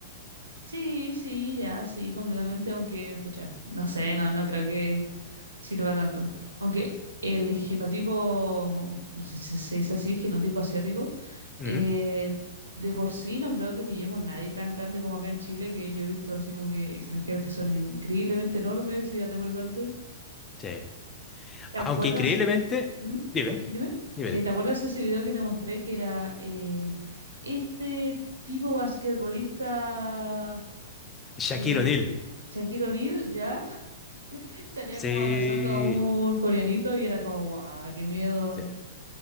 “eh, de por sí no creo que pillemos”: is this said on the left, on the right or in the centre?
Right